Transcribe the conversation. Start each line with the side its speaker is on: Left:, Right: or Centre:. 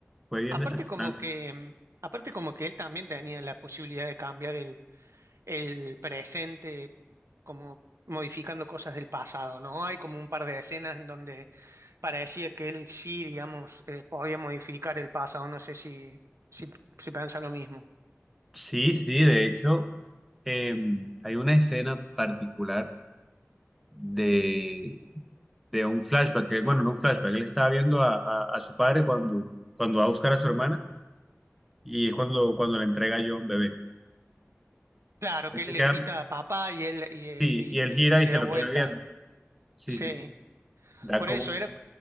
Centre: Fue bien
Right: Aparte
Centre: decepcionante.
Right: como que, mm, aparte como que él también tenía la posibilidad de cambiar el, el presente, como modificando cosas del pasado, ¿no? Hay como un par de escenas en donde parecía que él sí, digamos, eh, podía modificar el pasado, no sé si, si, si piensa lo mismo.
Centre: Sí, sí, de hecho, eh, hay una escena particular de, de un flashback, que, bueno, no un flashback, él estaba viendo a, a- a su padre cuando, cuando va a buscar a su hermana y es cuando, cuando le entrega a John bebé.
Right: Claro,
Centre: Él
Right: que él
Centre: se
Right: le
Centre: queda-
Right: grita a papá y él y, eh,
Centre: sí,
Right: y-
Centre: y él gira
Right: y se
Centre: y se
Right: da
Centre: lo
Right: vuelta.
Centre: queda viendo. Sí,
Right: Sí,
Centre: sí, sí. Da
Right: por
Centre: como,
Right: eso era,